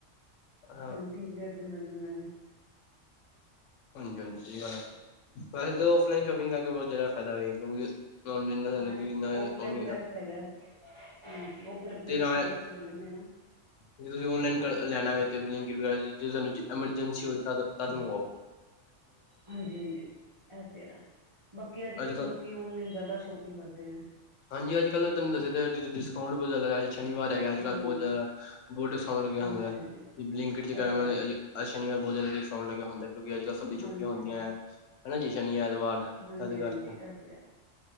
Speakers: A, on the left; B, on the right.
A: ਹਾਂ,
B: ਸਾਨੂੰ ਠੀਕ ਰੇਟ ਤੇ ਮਿਲ ਜਾਂਦੇ ਨੇ।
A: ਹਾਂਜੀ-ਹਾਂਜੀ, ਸਈ ਗਲ ਐ। ਵੈਸੇ ਤਾਂ ਔਫਲਾਈਨ ਸ਼ੋਪਿੰਗ ਕਰਕੇ ਬੋਤ ਜਾ਼ਦਾ ਫੈਦਾ ਵੇ, ਕਿਉਂਕਿ ਔਨਲਾਈਨ ਦਾ ਸਾਨੂੰ
B: ਹਾਂ, ਐ
A: ਕਿ
B: ਤੇ
A: ਇੰਨਾ
B: ਔਫਲਾਈਨ
A: ਉਹ ਨੀ
B: ਬੈਸਟ ਹੈਗਾ। ਹਾਂ, ਔ ਫੇਰ ਅਪਣੇ
A: ਜੇ ਨਾ
B: ਪਸੰਦ ਦਾ ਅਸੀਂ ਲਲ ਲੈਂਨੇ ਅ ਨਾ।
A: ਜੇ ਤੁਸੀਂ ਔਨਲਾਈਨ ਲੈਣਾ ਵੇ, ਤੇ ਬਿਲਿਂਕੀਟ ਵਗੈਰਾ ਜੇ ਤੁਆਨੂੰ ਐਮਰਜੈਂਸੀ ਹੋਵੇ, ਤਦ ਮਗੰਵਾਓ।
B: ਹਾਂਜੀ-ਹਾਂਜੀ, ਐ, ਤੇ ਹੈ। ਬਾਕੀ ਅੱਜ-ਕੱਲ੍ਹ
A: ਅੱਜ ਕੱਲ
B: ਲੋਕੀ ਕਿ, ਔਨਲਾਈਨ ਜ਼ਾਦਾ ਸ਼ੋਪਿੰਗ ਕਰਦੇ ਨੇ।
A: ਹਾਂਜੀ, ਅੱਜ-ਕੱਲ੍ਹ ਤੁਹਾਨੂੰ ਦੱਸਯਾ ਤੇ ਹੈ। ਡਿਸਕਾਊਂਟ ਬੋਤ ਜ਼ਾਦਾ ਲਗਾਯਾ ਸ਼ਨੀਵਾਰ ਹੈਗਾ। ਅੱਜ-ਕੱਲ੍ਹ
B: ਹਾਂਜੀ
A: ਬੋਤ ਜ਼ਾਦਾ ਬੋਤ ਡਿਸਕਾੳਨਟ ਲੱਗਿਆ
B: ਹਾਂਜੀ
A: ਹੁੰਦਾ ਹੈ। ਅਤੇ
B: ਹਾਂਜੀ
A: ਬਲਿੰਕਟ
B: ਇਹ
A: <unintelligible>
B: ਤੇ ਹੈ
A: ਅਜ ਸ਼ਨੀਵਾਰ ਬੋਤ ਜ਼ਾਦਾ ਡਿਸਕਾੳਨਟ ਲੱਗੇਆ ਹੁੰਦਾ ਏ, ਕਿਉਂਕਿ ਅੱਜ-ਕੱਲ੍ਹ ਸਭ ਦੀ ਛੁੱਟੀਆਂ
B: ਹਾਂਜੀ
A: ਹੁੰਦੀਆਂ
B: ਹਾਂਜੀ
A: ਐ, ਹੈਨਾ ਜੀ ਸ਼ਨੀ-ਐਤਵਾਰ।
B: ਹਾਂਜੀ
A: ਸਾਡੇ
B: ਹਾਂਜੀ
A: ਘਰ ਚ
B: ਇਹ ਤੇ ਹੈ